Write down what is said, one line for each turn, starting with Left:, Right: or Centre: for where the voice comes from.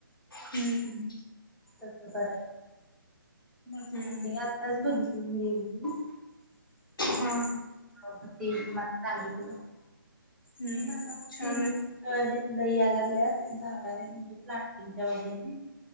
Left: हम्म
Centre: तस बर हाय. मस्त
Left: हम्म हम्म
Centre: होते आताच बघितली मी रिल ती.
Left: हा हा
Centre: हो म ते तुम्हाला सांगितलं.
Left: हम्म
Centre: <unintelligible>
Left: छान
Centre: लई
Left: आहे
Centre: या लागल्यात, झाड आहेत. म्हणजे प्लांटिंगच्या वगैर.